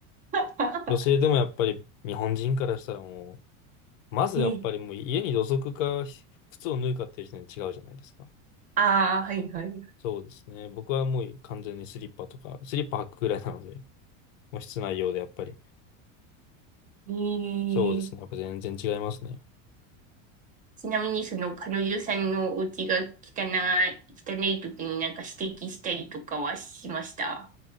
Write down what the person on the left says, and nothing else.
女性でもやっぱり日本人からしたらもう、まずやっぱりもう家に土足か靴を脱いかっていう時点で違うじゃないですか。
そうですね。僕はもう完全にスリッパとか、スリッパ履くくらいなので、もう室内用でやっぱり。
そうですね。やっぱ全然違いますね。